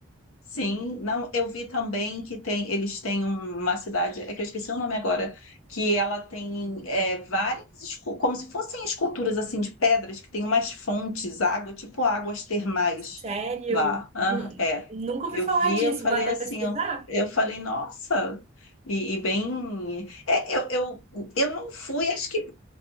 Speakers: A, on the left (about 80°); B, on the right (about 30°).
A: Sim, não, eu vi também que tem, eles têm um- uma cidade, é que eu esqueci o nome agora, que ela tem é, várias, escu- como se fossem esculturas assim de pedras, que tem umas fontes, água, tipo águas termais
B: Sério?
A: lá. Ah,
B: Nu-
A: é,
B: Nunca ouvi
A: eu
B: falar
A: vi,
B: disso,
A: eu falei
B: vou até
A: assim,
B: pesquisar.
A: eu, eu falei, nossa, e, e bem, é, eu, eu, eu não fui, acho que